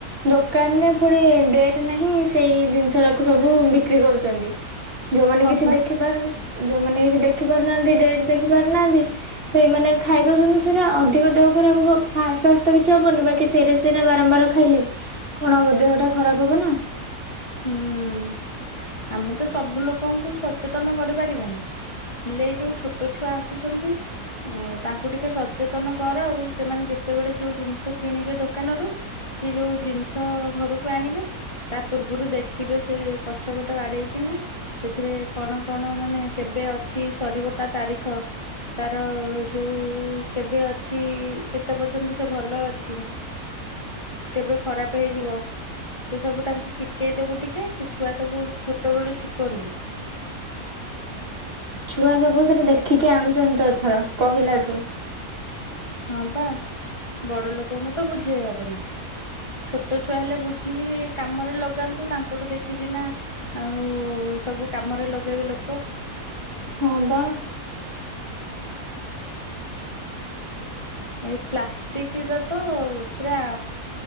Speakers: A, on the right; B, on the left.
A: ଦୋକାନରେ ପୁଣି ଡେଟ୍ ନାହିଁ ସେଇ ଜିନିଷଟାକୁ ସବୁ ବିକ୍ରି କରୁଛନ୍ତି। ଯୋଉମାନେ
B: ହଁ
A: କିଛି
B: ବା
A: ଦେଖିପାରୁନି। ଯୋଉମାନେ କିଛି ଦେଖି ପାରୁନାହାନ୍ତି ଡେଟ୍ ଦେଖି ପାରୁନାହାନ୍ତି ସେଇମାନେ ଖାଇଦଉଛନ୍ତି ସେଇଟା ଅଧିକ ଦେହ ଖରାପ ହବ ଫାଷ୍ଟ ଫାଷ୍ଟ ତ କିଛି ହବନି ବାକି। ସେଇଟା ସେଇଟା ବାରମ୍ବାର ଖାଇଲେ କଣ ହବ ଦେହଟା ଖରାପ ହବ ନା।
B: ହୁଁ ଆମେ ତ ସବୁ ଲୋକଙ୍କୁ ସଚେତନ କରିପାରିବାନି ହେଲେ ଏଇ ଯୋଉ ଛୋଟ ଛୁଆ ଆସୁଛନ୍ତି ତାଙ୍କୁ ଟିକେ ସଚେତନ କର ଆଉ ସେମାନେ ଯେତେବେଳେ ଯୋଉ ଜିନିଷ କିଣିବେ ଦୋକାନରୁ କି ଯୋଉ ଜିନିଷ ଘରକୁ ଆଣିବେ ତା ପୂର୍ବରୁ ଦେଖିବେ ସେ ପଛପଟ ଆଡେଇକିନା ସେଥିରେ କଣ କଣ ମାନେ କେବେ ଅଛି ସରିବ ତା ତାରିଖ ତାର ଯୋଉ କେବେ ଅଛି କେତେ ପର୍ଯ୍ୟନ୍ତ ସେ ଭଲ ଅଛି କେବେ ଖରାପ ହେଇଯିବ ସେ ସବୁ ତାକୁ ଶି ଶିଖେଇଦବୁ ଟିକେ ସେ ଛୁଆ ସବୁ ଛୋଟ ବେଳୁ ଶିଖନ୍ତୁ।
A: ଛୁଆ ସବୁ ସେଟା ଦେଖିକି ଆଣୁଛନ୍ତି ଏତଥର କହିଲା ଠୁଁ।
B: ହଁ ବା ବଡ ଲୋକଙ୍କୁ ତ ବୁଝେଇ ହବନି ଛୋଟ ଛୁଆ ହେଲେ ବୁଝିକି କାମରେ ଲଗାନ୍ତୁ ତାଙ୍କଠୁ ଦେଖିକି ନା ଆଉ ସବୁ କାମରେ ଲଗେଇବେି ଲୋକ।
A: ହଁ ବା।
B: ହ ଏଇ ପ୍ଲାଷ୍ଟିକ ର ତ ପୁରା